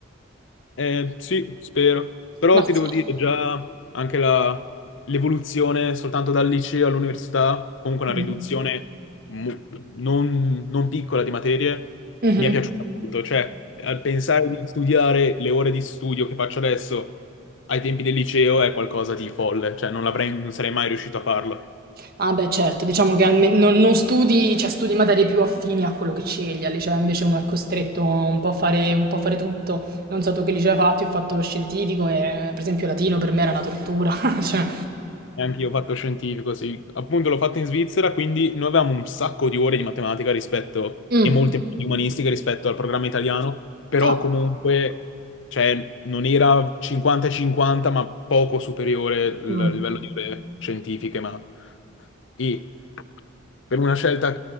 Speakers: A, on the left; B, on the right.
A: Eh, sì, spero. Però
B: Ma sì.
A: ti devo dire già anche la- l'evoluzione soltanto dal liceo all'università, comunque
B: Mhm.
A: una riduzione mu- non, non piccola di materie,
B: Mhm.
A: mi è piaciuta molto. Cioè, al pensare di studiare le ore di studio che faccio adesso ai tempi del liceo è qualcosa di folle. Cioè, non l'avrei- non sarei mai riuscito a farlo.
B: Ah beh, certo, diciamo che alme- non, non studi, cioè studi materie più affini a quello che scegli, al liceo invece uno è costretto un po' a fare, un po' a fare tutto. Non so tu che liceo hai fatto, io ho fatto lo scientifico e per esempio latino per me era una tortura. <laughs> Cioè,
A: Neanche io ho fatto scientifico, sì. Appunto l'ho fatto in Svizzera, quindi noi avevamo un sacco di ore di matematica rispetto,
B: mm.
A: e molte meno di umanistica rispetto al programma italiano, però
B: Ah.
A: comunque, cioè, non era 50-50, ma poco superiore il
B: mm.
A: livello di ore scientifiche, ma... E per una scelta,